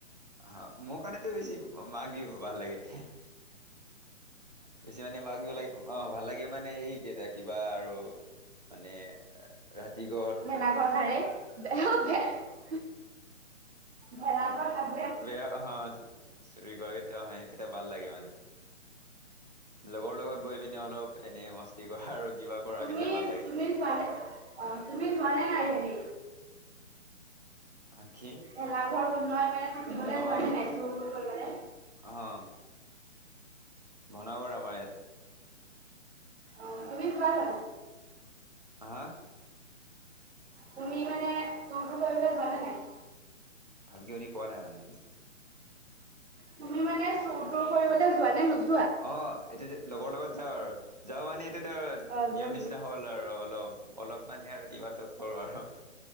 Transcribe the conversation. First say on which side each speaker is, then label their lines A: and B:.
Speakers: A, on the right; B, on the right.
A: অ' মোৰ কাৰণেটো বেছি মাঘ বিহু ভাল লাগে। বেছি মানে মাঘ বিহু লাগে, অ' ভাল লাগে মানে এই কেইটা কিবা আৰু মানে ৰাতি গ
B: ভেলাঘৰ সাৰে <unintelligible> ভেলাঘৰ সাজ
A: <unintelligible> <unintelligible> অ' সেইকেইটা ভাল লাগে মানে লগৰ লগত গৈ পিনি অলপ এনেই মস্তি কৰা আৰু কিবা কৰা
B: তুমি
A: কিটা ভাল লাগে।
B: <unintelligible> অ' তুমি যোৱা নে নাই হেৰি?
A: আহ, কি?
B: ভেলাঘৰ বনোৱাৰ কাৰণে থাকিবলৈ
A: অ
B: যোৱা নাই নাই চুৰ কৰিবলৈ
A: অ'। বনাও বাৰু আমাৰ ইয়াত।
B: অ' তুমি <unintelligible>
A: হা?
B: তুমি মানে চোৰ টোৰ কৰিবলৈ যোৱা নে নাই?
A: ভালকে শুনি পোৱা নাই মানে।
B: তুমি মানে চোৰ টোৰ কৰিবলৈ যোৱা নে নোযোৱা?
A: অ' এইটো যে লগৰ লগত যাওঁ আৰু। যাওঁ মানে এইটো আৰু
B: অ যোৱা
A: নিয়ম
B: নেকি?
A: নিচিনা হ'ল আৰু অলপ। অলপ মানে আৰু কিবাটো কৰোঁ আৰু।